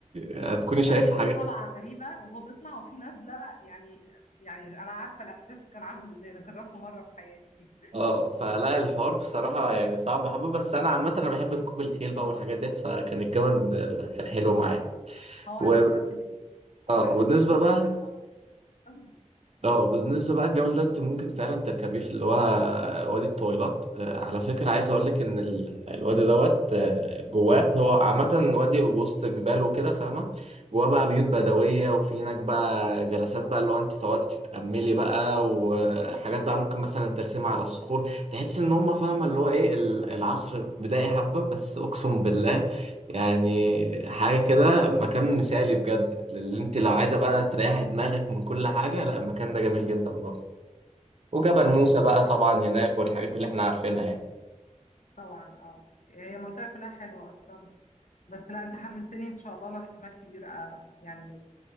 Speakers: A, on the right; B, on the left.
A: هتكوني
B: وبعدين
A: شايفة
B: في
A: حاجات
B: طلعة غريبة وهو بيطلع وفي نازلة يعني يعني أنا عارفة الإحساس كان عامل إزاي أنا جربته مرة في حياتي
A: اه فلا الحوار بصراحة يعني صعب حبة بس انا عامة انا بحب ركوب الخيل بقى والحاجات ديت فكان الجمل ب- كان حلو معايا
B: هو
A: و...
B: أنا جربت اللي
A: اه
B: أنا حسيت
A: وبالنسبة
B: إن الجامعة
A: بقى
B: قوي
A: اه بالنسبة بقى الجمل ده انت ممكن فعلا تركبيه في اللي هو وادي الطويلات آه، على فكرة عايز اقول لك ان ال- الوادي دوت آه، جواه هو عامة وادي وسط جبال وكده فاهمة جواه بقى بيوت بدوية
B: اه يا
A: وفي
B: حلو
A: هناك بقى جلسات
B: الله
A: بقى اللي هو انت تقعدي تتأملي بقى وحاجات بقى ممكن مثلا ترسمها على
B: حلوة
A: الصخور
B: جدا
A: تحس ان هم فاهمة اللي هو ايه ال- العصر بدائي حبة بس اقسم بالله يعني حاجة كده مكان مثالي بجد اللي انت لو عايزة بقى تريحي دماغك من كل حاجة لا المكان ده جميل جدا برضه وجبل
B: لا
A: موسى
B: حلو بصراحة
A: بقى طبعا هناك والحاجات اللي احنا عارفينها يعني
B: طبعا اه هي منطقة كلها حلوة أصلا بس لا أنت حمستني إن شاء الله أنا احتمال كبير آه، يعني